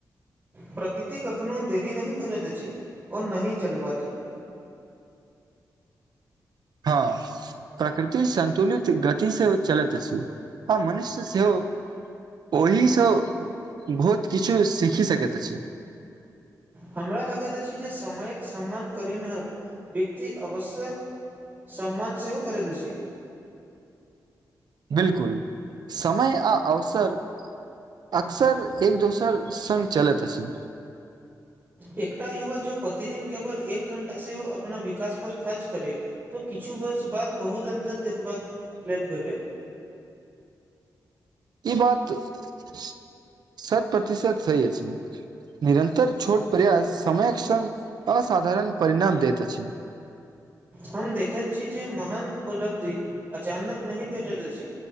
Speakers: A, on the right; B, on the right.
A: प्रकृति कखनो देरी नहि करैत अछि ओ नहि जल्दबाजी
B: हँ। प्रकृति संन्तुलित गति से चलैत अछि आ मनुष्य सेहो ओहिसँ बहुत किछु सीखि सकैत अछि।
A: हमरा लगैत अछि जे समयक सम्मान करनिहार व्यक्ति अवश्य सम्मान सेहो करैत अछि
B: बिल्कुल समय आ अवसर अक्सर एक दोसर सङ्ग चलैत अछि।
A: एकटा युवा जो प्रतिदिन केवल एक घण्टा सेहो अपना विकास पर खर्च करे। तऽ किछु वर्ष बाद बहुत अन्तर देखबाक लेल भेटैत
B: ई बात शत- प्रतिशत सही अछि निरन्तर छोट प्रयास समयक सङ्ग असाधारण परिणाम दैत अछि।
A: हम देखैत छी जे महान उपलब्धि अचानक नहि भेटैत अछि।